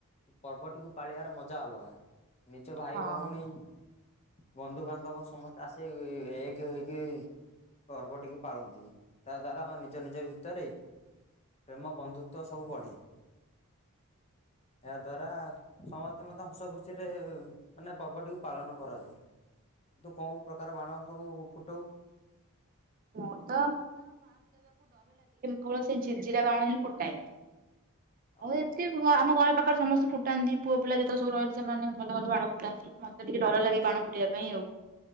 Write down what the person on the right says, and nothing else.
ହଁ
ମୁଁ ତ କୌଣସି ଝିରା ବାଣ ହିଁ ଫୁଟାଏ
ମୁଁ ଏମିତି ଆମ ଘର ପାଖରେ ସମସ୍ତେ ଫୁ ଟନ୍ଦି ପୁଅପିଲା ଯେତେକ ସବୁ ରହିଲେ ସେମାନେ ଭଲ ଭଲ ବାଣ ପଟାନ୍ତି। ମତେ ଟିକେ ଡର ଲାଗେ ବାଣ ଫୁଟେଇବା ପାଇଁ ଆଉ।